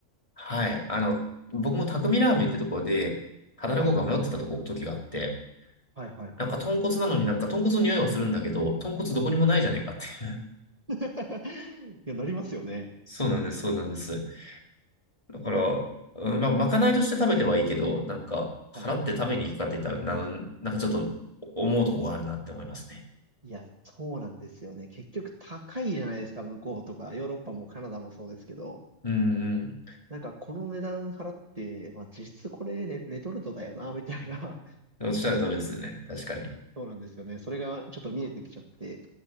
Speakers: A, on the left; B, on the right.
A: はい。あの、僕も匠ラーメンってとこで、働こうか迷ってたとこ、
B: はい。
A: 時があって、
B: はいはいはい。
A: なんか豚骨なのになんか豚骨の匂いはするんだけど、豚骨どこにもないじゃねえかって。<laughs>
B: <laughs> いや、なりますよね。
A: そうなんです、そうなんです。だから、うんまあ、まかないとして食べてはいいけど、なんか、払って食べに行くかって言ったら、
B: はい。
A: なのなんかちょっと思うとこがあるなって思いますね。
B: いや、そうなんですよね。結局高いじゃないですか、向こうとか、ヨーロッパもカナダもそうですけど。
A: うん
B: なんか、この値段払って、まあ、実質これ、ね、レトルトだよな、みたいな。<laughs>
A: うん。おっしゃる通りですね。確かに。
B: そうなんですよね。それがちょっと見えてきちゃって、